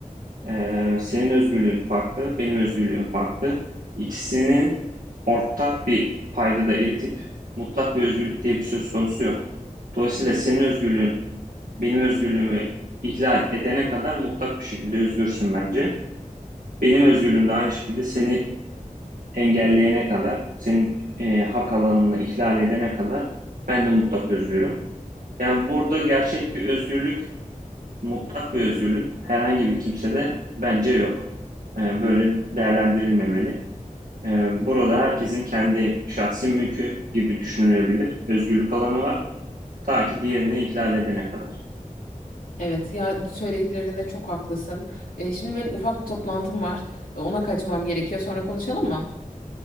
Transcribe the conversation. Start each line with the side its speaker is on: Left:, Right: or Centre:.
Right: Eee, senin özgürlüğün farklı, benim özgürlüğüm farklı. İkisinin ortak bir paydada eritip mutlak bir özgürlük diye bir söz konusu yok. Dolayısıyla senin özgürlüğün benim özgürlüğümü ihlal edene kadar mutlak bir şekilde özgürsün bence. Benim özgürlüğüm de aynı şekilde seni engelleyene kadar, senin e, hak alanını ihlal edene kadar ben de mutlak özgürüm. Yani burada gerçek bir özgürlük, mutlak bir özgürlük herhangi bir kimsede bence yok. E, böyle değerlendirilmemeli. E, burada herkesin kendi şahsi mülkü gibi düşünülebilir. Özgürlük alanı var. Ta ki diğerini ihlal edene kadar.
Left: Evet ya söylediklerinde çok haklısın. Ee, şimdi benim ufak bir toplantım var. Ona kaçmam gerekiyor. Sonra konuşalım mı?